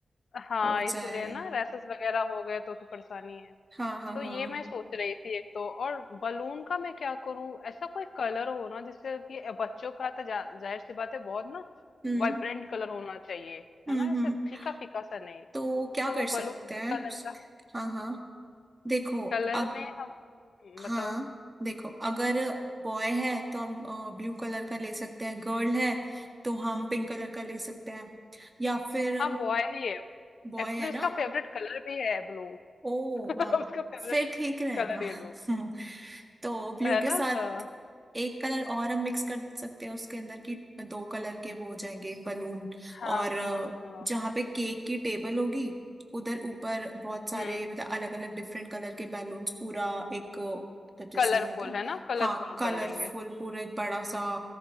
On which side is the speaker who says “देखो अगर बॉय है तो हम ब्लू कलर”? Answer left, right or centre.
Right